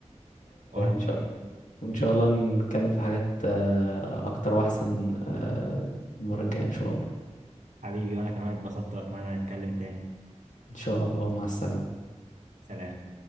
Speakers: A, on the right; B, on the left.
A: وانا
B: شاء
A: كمان-
B: وان شاء الله نتكلم في حاجات آه، اكتر واحسن آه، المرة الجاية ان شاء الله
A: حبيبي وانا كمان اتبسطت واتمنى نتكلم تاني
B: ان شاء الله مع السلامة
A: سلام